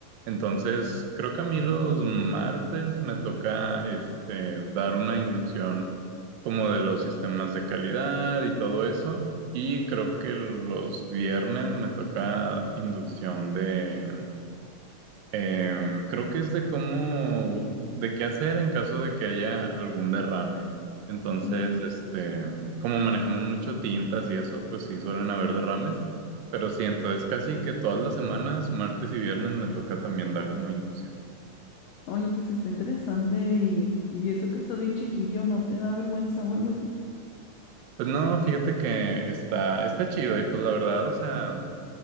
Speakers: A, on the right; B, on the left.
A: Entonces, creo que a mí los martes me toca este, dar una inducción como de los sistemas de calidad y todo eso. Y creo que los viernes me toca inducción de, em, creo que es de cómo, de qué hacer en caso de que haya algún derrame. Entonces,
B: ujú.
A: este, como manejamos mucho tintas y eso, pues sí suelen haber derrames. Pero sí, entonces casi que todas las semanas, martes y viernes, me toca también dar como inducción.
B: Oye, pues está interesante y, y eso que estás bien chiquillo, ¿no te da vergüenza o algo así?
A: Pues no, fíjate que está, está chido y pues la verdad, o sea.